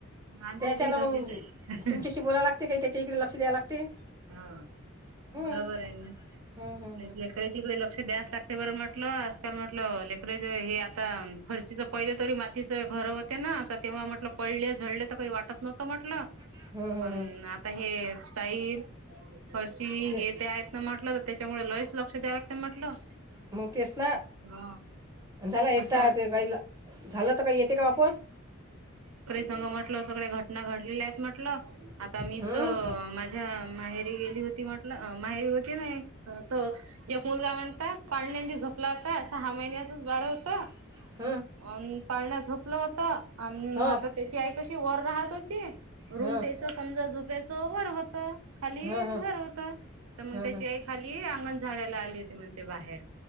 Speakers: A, on the right; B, on the right.
A: आमच्या
B: त्याच्यान
A: इथे तसेच
B: मग
A: आहे.
B: तुमच्याशी बोलाय लागते काही त्याच्या इकडे लक्ष द्याय लागते.
A: हा
B: हं.
A: बरोबर आहे ना
B: हं, हं, हं.
A: लेकराच्या इकड लक्ष द्यास लागते बरं म्हटलं. म्हटलं लेकर हे आता फर्चीच पहिलं तरी माातीच घर होते ना तेव्हा म्हटलं पडलेच. वाटत नव्हत म्हटलं
B: हं, हं,
A: पण
B: हं.
A: आता हे स्टाईल फरची
B: तेच
A: हे ते आहेत ना म्हटलं तर त्याच्यामुळे लईच लक्ष द्याय लागत म्हटलं.
B: मंग तेच ना
A: हा
B: झाला एकदा
A: अशा
B: ते बाईला झालं तर काही येते का वापस
A: म्हटल सगळे घटना घडलेल्या आहेत म्हटलं, आता मीच
B: हं?
A: अ माझ्या माहेरी गेली होती. म्हटलं माहेरी ते नाही तो एक मुलगा म्हणता पाळण्यानी झोपला होता सहा महिन्याच बाळ होत.
B: <inaudible>
A: अन् पाळण्यात झोपलं होत आणि
B: हो
A: आता त्याची आई कशी वर राहत होती रूम
B: हं,
A: त्याच समजा झोप्याच वर होत. खाली
B: हं, हं,
A: घर होतं तर मग
B: हं,
A: त्याची
B: हं.
A: आई खाली अंगण झाडायला आली होती म्हणते बाहेर